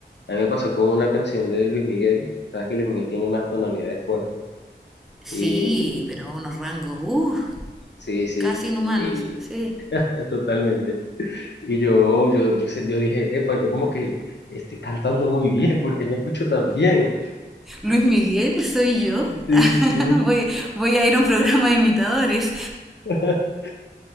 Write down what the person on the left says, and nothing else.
A mí me pasó con una canción de Luis Miguel. Sabes que Luis Miguel tiene unas tonalidades fuertes.
Y...
Sí, sí.
Y...
<laughs> Totalmente. Y yo, yo, yo, sé- yo dije, epa, yo como que estoy cantando muy bien porque me escucho tan bien.
Sí,
sí.
<laughs>